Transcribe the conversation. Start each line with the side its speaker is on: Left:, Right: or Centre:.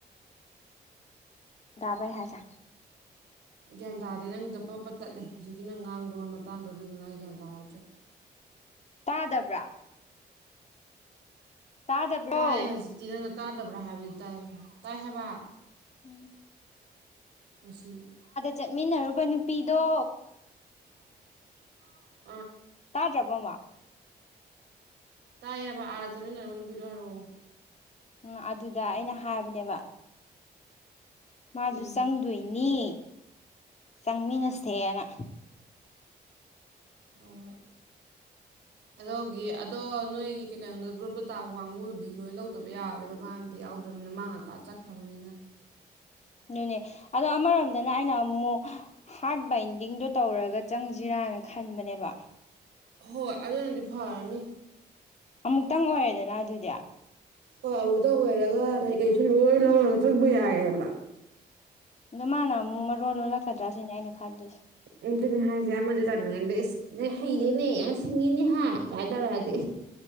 Left: ꯇꯥꯕꯔꯥ ꯑꯩ ꯍꯥꯏꯁꯦ
Right: ꯒ꯭ꯌꯥꯟ ꯇꯥꯗꯦ ꯅꯪꯒꯤꯗꯣ ꯕꯕꯠ ꯇꯠꯂꯦ ꯍꯧꯖꯤꯛꯀꯤ ꯅꯪ ꯉꯥꯡꯕ ꯃꯇꯥꯡꯗꯣ ꯑꯗꯨꯗꯨꯅ ꯑꯩ ꯒ꯭ꯌꯥꯟ ꯇꯥꯍꯧꯗ꯭ꯔꯦ
Left: ꯇꯥꯗꯕ꯭ꯔꯥ ꯇꯥꯗꯕ꯭ꯔꯣ
Right: ꯇꯥꯏ ꯍꯧꯖꯤꯛꯇꯤ ꯅꯪꯅ ꯇꯥꯗꯕ꯭ꯔꯥ ꯍꯥꯏꯕꯗꯨ ꯇꯥꯏ ꯇꯥꯏ ꯍꯥꯏꯕ
Left: ꯎꯝ
Right: ꯃꯁꯤ
Left: ꯆꯠꯃꯤꯟꯅꯔꯨ ꯕ ꯅꯨꯄꯤꯗꯣ
Right: ꯌꯥ ꯐ ꯃꯤꯅꯣ <inaudible>
Left: ꯇꯥ ꯗꯔꯥꯕꯣꯕꯥ
Right: ꯇꯥꯏꯌꯦꯕ ꯑꯥꯗ ꯆꯠꯃꯤꯟꯅꯕ ꯅꯨꯄꯤꯗꯣ ꯍꯥꯏꯔꯛꯑꯣ
Left: ꯎ ꯑꯗꯨꯗ ꯑꯩꯅ ꯍꯥꯏꯕꯅꯦꯕ ꯃꯥꯖꯨ
Right: ꯎꯝ
Left: ꯆꯪꯗꯨꯏꯅꯤ ꯅꯤ ꯆꯪꯃꯤꯟꯅꯁꯦꯅ
Right: ꯍꯣꯏ ꯍꯣꯏ ꯑꯗꯨꯒꯤ ꯑꯗꯣ ꯅꯣꯏꯒꯤ ꯀꯩ ꯀꯩꯅꯣꯗ ꯒ꯭ꯔꯨꯞꯇ ꯇꯥꯕ ꯀꯥꯡꯕꯨꯗꯨꯗꯤ ꯂꯣꯏ ꯂꯧꯗꯕ ꯌꯥꯔꯥ ꯔꯣꯏꯕ ꯃꯥ ꯑꯝꯇ ꯌꯥꯎꯗ꯭ꯔꯕꯅꯤꯅ ꯃꯥ ꯉꯥꯟꯇꯥ ꯆꯠꯈ꯭ꯔꯕꯅꯤꯅ
Left: ꯑꯗꯨꯅꯦ ꯑꯗꯣ ꯑꯃꯔꯣꯝꯗꯅ ꯑꯩꯅ ꯑꯃꯨꯛ ꯍꯥꯔꯠ ꯕꯥꯏꯟꯗꯤꯡꯗꯣ ꯇꯧꯔꯒ ꯆꯪꯁꯤꯔꯅ ꯈꯟꯕꯅꯦꯕ
Right: ꯍꯣꯏ ꯑꯗꯨꯅꯗꯤ ꯐꯔꯅꯤ
Left: ꯑꯃꯨꯛꯇꯪ ꯑꯣꯏꯔꯦꯗꯅ ꯑꯗꯨꯗꯤ
Right: ꯍꯣꯏ ꯑꯃꯨꯇ ꯑꯣꯏꯔꯒ ꯀꯩꯀꯩꯁꯨ ꯂꯣꯏ ꯂꯧꯔꯒ ꯆꯪꯕ ꯌꯥꯔꯦꯗꯅ
Left: ꯑꯗꯣ ꯃꯥꯅ ꯑꯃꯨꯛ ꯃꯔꯣꯟ ꯂꯣꯜꯂꯛꯀꯗ꯭ꯔꯥ ꯁꯤꯅꯦ ꯑꯩꯅ ꯈꯜꯂꯁꯦ
Right: ꯎ ꯑꯗꯨꯅꯦ ꯍꯥꯏꯁꯦ ꯑꯃꯗ ꯆꯥꯅꯤꯡꯉꯗ <inaudible> ꯍꯩꯔꯦꯅꯦ ꯌꯥꯝ ꯁꯤꯡꯉꯤꯅꯦ ꯍꯥꯏ ꯀꯥꯏꯅ ꯇꯧꯔꯛꯑꯗꯤ